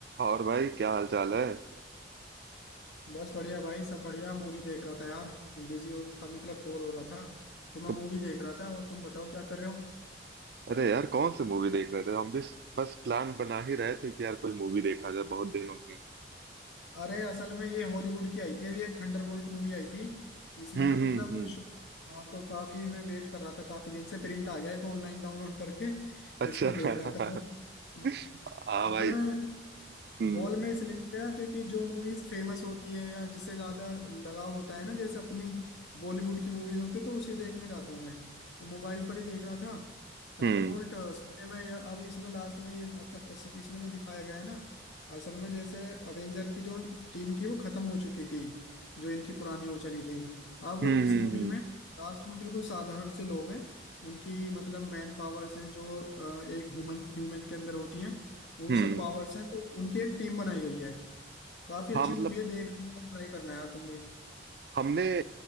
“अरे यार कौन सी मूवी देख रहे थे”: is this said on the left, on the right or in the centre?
Right